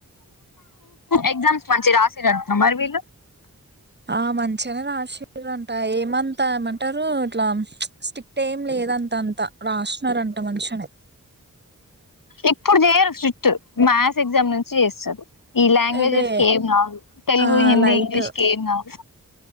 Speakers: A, on the left; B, on the right.
A: ఎగ్జామ్స్ మంచిగా రాసిర్రంటన మరివీళ్ళు
B: ఆ మంచిగానే రాసిరంట ఏమంతా ఏమంటారు ఇట్లా స్టిక్ట్ ఏం లేదంత అంత రాస్తున్నారంట మంచిగనే
A: ఇప్పుడు చేయరు స్ట్రిక్ట్ మ్యాథ్స్ ఎగ్జామ్ నుంచి చేస్తారు ఈ లాంగ్వేజెస్కి
B: అదే
A: ఏం కాదు తెలుగు
B: ఆ
A: హిందీ
B: లైట్
A: ఇంగ్లీష్ కి ఏం కాదు